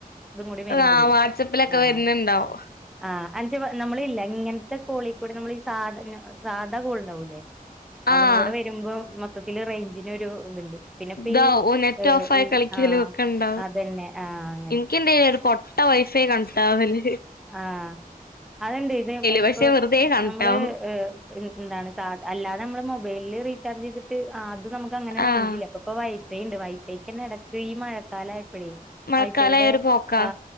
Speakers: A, in the centre; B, on the left.
A: ഇതും കൂടി വരുമ്പഴേ
B: ആഹ് വാട്സപ്പിലൊക്കെ
A: ആഹ്.
B: വരുന്നുണ്ടാവും
A: ആഹ് അത് നമ്മളല്ലെ ങ്ങനത്തെ കോളികൂടെ നമ്മള് ഈ സാധ സാധാ കോള്ണ്ടാവൂല്ലേ. അതും
B: ആഹ്
A: കൂടെ വരുമ്പോ മൊത്തത്തില് റൈഞ്ചിന് ഒരു ഇത്ണ്ട് പിന്നെ ഇപ്പ
B: ഇതാവും
A: ഈ
B: നെറ്റ്
A: ഹ്
B: ഓഫായി കളിക്കലും
A: ആഹ്
B: ഒക്കെ ഉണ്ടാവും
A: അതന്നെ ആഹ് അങ്ങനെ
B: <unintelligible> ഒരു പൊട്ട വൈഫൈ കണക്ട് ആവല്
A: ആഹ് അതന്തെ ഇത് ഇപ്പൊ
B: പക്ഷെ വെറുതെ കണക്റ്റാവും
A: നമ്മള് എന്താണ് സാധ അല്ലാതെ നമ്മള് മൊബൈലിൽ റീചാർജ് ചെയ്തിട്ട് അത് നമുക്ക് അങ്ങനെ റേഞ്ചില്ല
B: ആഹ്
A: അപ്പ ഇപ്പ ഫൈ ഉണ്ട് വൈഫൈക്ക് തന്നെ ഇടക്ക് ഈ മഴക്കാല ആയപ്പഴേ
B: മഴക്കാലായ
A: വൈഫൈയുടെ
B: ഒരു പോക്കാ
A: ആ